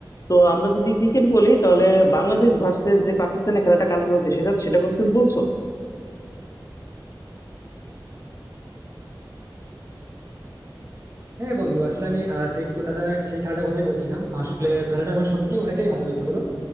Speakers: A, on the left (about 40°); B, on the right (about 35°).
A: তো আমরা যদি ক্রিকেট বলি তাহলে বাংলাদেশ ভার্সেস যে পাকিস্তানের খেলাটা কালকে হয়েছে সেটা সেটা কথা তুমি বলছো
B: হ্যাঁ বন্ধু আসলে আমি আহ, সেই কথাটা সেই খেলাটার কথাই বলছিলাম আসলে খেলাটা আমার সত্যি অনেকটাই ভালো হয়েছে বলো